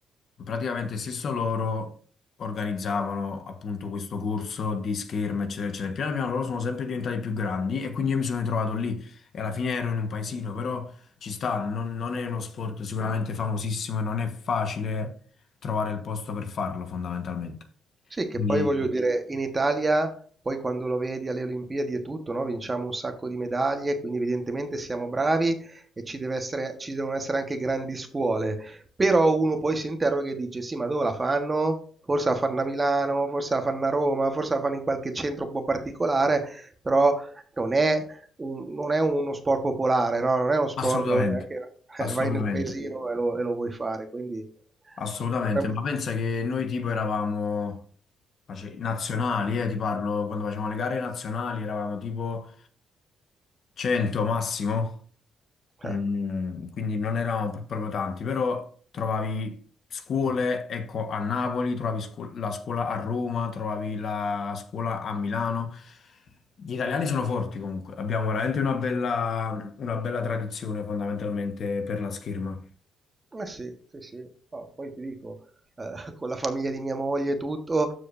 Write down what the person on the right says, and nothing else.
Sì, che
poi voglio dire, in Italia, poi quando lo vedi alle Olimpiadi e tutto, no? Vinciamo un sacco di medaglie, quindi evidentemente siamo bravi e ci deve essere- ci devono essere anche grandi scuole. Però uno poi si interroga e dice, sì, ma dove la fanno? Forse la fanno a Milano, forse la fanno a Roma, forse la fanno in qualche centro un po' particolare, però non è, un- non è uno sport popolare, no? Non è uno sport
dove anche <laughs>
vai nel paesino e lo, e lo vuoi fare, quindi...
potremmo-
Eh.
Eh sì, sì, sì. No, poi ti dico, eh, con la famiglia di mia moglie e tutto,